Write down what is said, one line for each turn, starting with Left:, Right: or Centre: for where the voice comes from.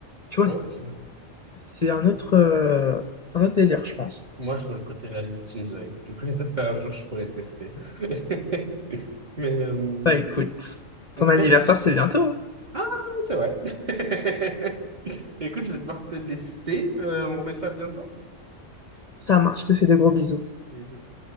Left: Tu vois,
Right: Ok.
Left: c'est un autre, euh, un autre délire, je pense.
Right: Moi, je veux le côté réaliste d'une zone. Du coup, <laughs> j'espère un jour, je pourrais tester. <laughs> Mais euh,
Left: Bah, écoute, ton
Right: en tout
Left: anniversaire,
Right: cas, je,
Left: c'est bientôt. hein.
Right: Ah, c'est vrai. <laughs> Écoute, je vais devoir te laisser. Euh, on remet ça bientôt.
Left: Ça marche, je te fais des gros bisous.
Right: Bisous.